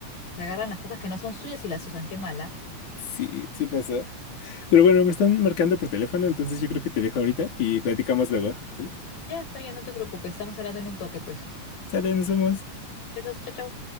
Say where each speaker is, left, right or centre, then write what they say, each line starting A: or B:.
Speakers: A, on the left (about 80°); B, on the left (about 65°).
A: Se agarran las cosas que no son suyas y las usan. Qué mala.
B: Sí, sí pasó. Pero bueno, me están marcando por teléfono, entonces yo creo que te dejo ahorita y platicamos luego. ¿Sale?
A: Ya está bien, no te preocupes. Estamos hablando en un toque, pues.
B: Sale, Nos vemos.
A: Besos, chao, chao.